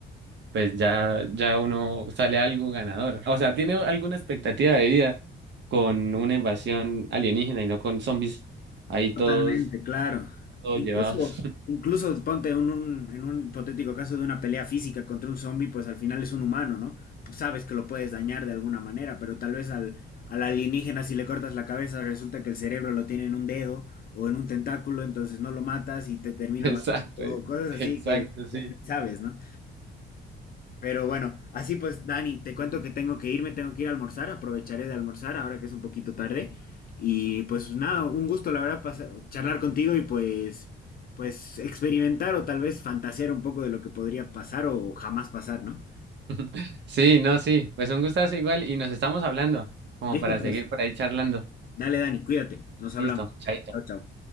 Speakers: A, on the right (about 65°); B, on the left (about 50°).
A: pues ya, ya uno sale algo ganador. O sea, tiene alguna expectativa de vida con una invasión alienígena y no con zombies ahí todos,
B: totalmente, claro.
A: todos
B: E incluso,
A: llevados.
B: incluso ponte un, un- en un hipotético caso de una pelea física contra un zombie, pues al final es un humano, ¿no? Pues sabes que lo puedes dañar de alguna manera, pero tal vez al, al alienígena si le cortas la cabeza resulta que el cerebro lo tiene en un dedo o en un tentáculo, entonces no lo matas y te
A: <laughs>
B: termina
A: Exacto,
B: matando, o cosas así
A: exacto,
B: que
A: sí.
B: pues, ni sabes, ¿no? Pero bueno, así pues, Dani, te cuento que tengo que irme, tengo que ir a almorzar, aprovecharé de almorzar ahora que es un poquito tarde. Y pues nada, un gusto la verdad pasar- charlar contigo y pues, pues experimentar o tal vez fantasear un poco de lo que podría pasar o jamás pasar, ¿no?
A: <laughs> Sí, no, sí. Pues un gustazo igual y nos estamos hablando como
B: Listo,
A: para
B: pues,
A: seguir por ahí charlando.
B: dale, Dani, cuídate, nos hablamos.
A: Listo, chaito.
B: Chao, chao.